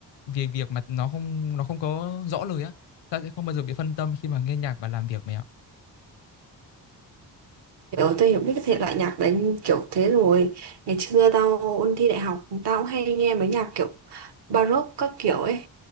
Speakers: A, on the left; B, on the right.
A: vì việc mà nó không nó không có rõ lời á ta sẽ không bao giờ bị phân tâm khi mà nghe nhạc và làm việc mày ạ
B: Kiểu tôi hiểu biết cái thể loại nhạc đấy kiểu thế rồi Ngày xưa tao ôn thi đại học Tao cũng hay nghe mấy nhạc kiểu Baroque các kiểu ấy